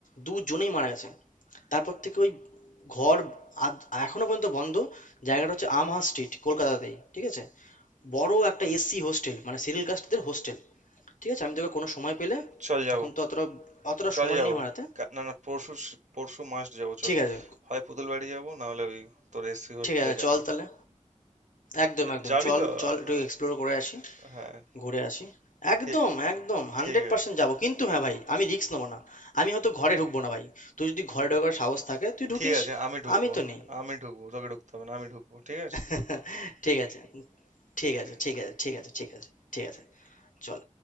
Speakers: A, on the left; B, on the right.
A: দুজনেই মারা গেছে তারপর থেকে ওই ঘর আদ- এখনো পর্যন্ত বন্ধ জায়গাটা হচ্ছে আমহা স্ট্রিট কলকাতাতেই ঠিক আছে বড় একটা এসসি হোস্টেল মানে সিরিয়াল কাস্টদের হোস্টেল ঠিক আছে আমি তোকে কোনো সময় পেলে
B: চল যাব
A: এখন তো অতটা অতটা
B: চল
A: সময়
B: যাব
A: নেই আমার হাতে
B: না না পরশু স- পরশু মাস্ট যাব চল
A: ঠিক আছে
B: হয় পুতুল বাড়ি যাবো না হলে ওই তোর এসসি হোস্টেলে
A: ঠিক আছে
B: যাব
A: চল তাহলে একদম একদম
B: যাবি
A: চল
B: তো
A: চল
B: আ-
A: একটু এক্সপ্লোর করে আসি
B: হ্যাঁ
A: ঘুরে আসি একদম
B: ঠিক
A: একদম হান্ড্রেড
B: ঠিক
A: পার্সেন্ট
B: আছে।
A: যাবো কিন্তু হ্যাঁ ভাই আমি রিস্ক নেবো না আমি হয়তো ঘরে ঢুকবো না ভাই তুই যদি ঘরে ঢোকার সাহস থাকে তুই ঢুকিস
B: ঠিক আছে আমি ঢুকবো।
A: আমি তো নেই
B: আমি ঢুকবো। তোকে ঢুকতে হবে না। আমি ঢুকবো। ঠিক আছে?
A: <laughs> ঠিক আছে ঠিক
B: ঠিক
A: আছে
B: আছে।
A: ঠিক আছে ঠিক আছে ঠিক আছে ঠিক আছে চল